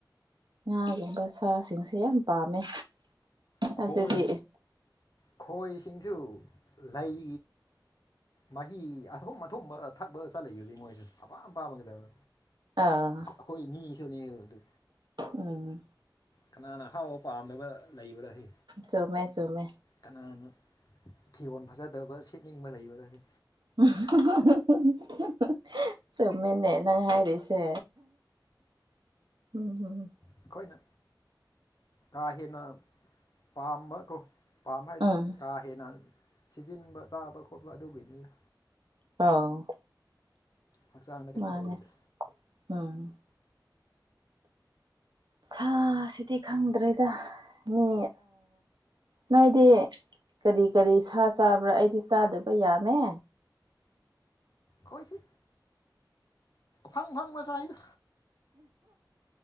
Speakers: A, on the right; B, on the left.
A: ꯉꯥꯒꯨꯝꯕ ꯁꯥꯁꯤꯡꯁꯦ ꯌꯥꯝ ꯄꯥꯝꯃꯦ
B: ꯈꯣꯏ
A: ꯑꯗꯨꯒꯤ
B: ꯈꯣꯏꯁꯤꯡꯁꯨ ꯂꯩ ꯃꯍꯤ ꯑꯊꯨꯝ ꯑꯊꯨꯝꯕ ꯊꯛꯄ ꯆꯠꯂꯤꯗꯨꯗꯤ ꯃꯣꯏꯁꯨ ꯑꯄꯥꯝ ꯄꯥꯝꯕꯒꯩꯗꯧ
A: ꯑꯥ
B: ꯑꯩꯈꯣꯏ ꯃꯤꯁꯨꯅꯦ ꯑꯗꯨ
A: ꯎꯝ
B: ꯀꯅꯥꯅ ꯑꯍꯥꯎꯕ ꯄꯥꯝꯗꯕ ꯂꯩꯕ꯭ꯔꯥ ꯍꯦ
A: ꯆꯨꯝꯃꯦ ꯆꯨꯝꯃꯦ
B: ꯀꯅꯥꯅ ꯐꯤꯔꯣꯜ ꯐꯖꯗꯕ ꯁꯦꯠꯅꯤꯡꯕ ꯂꯩꯕꯔꯥ ꯍꯦ
A: <unintelligible> ꯆꯨꯝꯃꯦꯅꯦ ꯅꯪ ꯍꯥꯏꯔꯤꯁꯦ ꯎꯝ
B: ꯑꯩꯈꯣꯏꯅ ꯀꯥ ꯍꯦꯟꯅ ꯄꯥꯝꯕ ꯀꯣ ꯄꯥꯝꯕ ꯍꯥꯏꯗꯤ
A: ꯎꯝ
B: ꯀꯥ ꯍꯦꯟꯅ ꯁꯤꯖꯤꯟꯕ ꯆꯥꯕ ꯈꯣꯠꯄ ꯑꯗꯨꯒꯤꯅꯤꯅ
A: ꯑꯥꯎ
B: ꯍꯛꯆꯥꯡꯗ ꯀꯩꯅꯣ
A: ꯃꯥꯅꯦ
B: ꯇꯧꯔꯤꯗꯨ
A: ꯎꯝ ꯁꯥꯁꯤꯗꯤ ꯈꯪꯗ꯭ꯔꯦꯗ ꯃꯤ ꯅꯣꯏꯗꯤ ꯀꯔꯤ ꯀꯔꯤ ꯁꯥ ꯆꯥꯕ꯭ꯔꯥ ꯑꯩꯗꯤ ꯆꯥꯗꯕ ꯌꯥꯝꯃꯦ
B: ꯀꯣꯏꯁꯤ ꯐꯪ ꯐꯪꯕꯆꯥꯏꯗ